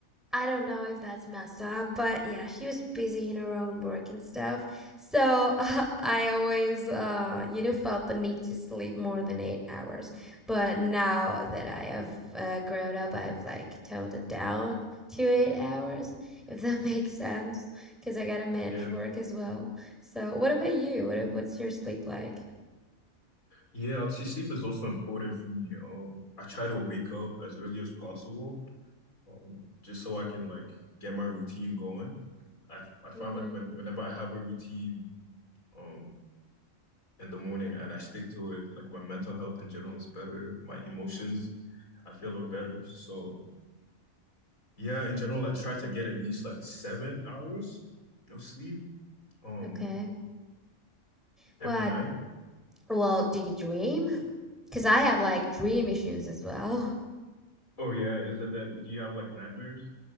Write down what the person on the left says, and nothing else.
Yeah.
Yeah, I'd say sleep is also important for me. Um, I try to wake up as early as possible, um, just so I can like get my routine going. I f- I find
like when whenever I have a routine, um, in the morning and I stick to it, like my mental health in general is better. My emotions, I feel are better. So Yeah, in general, I try to get at least like seven hours of sleep um
every night.
Oh yeah, is it that do you have like nightmares?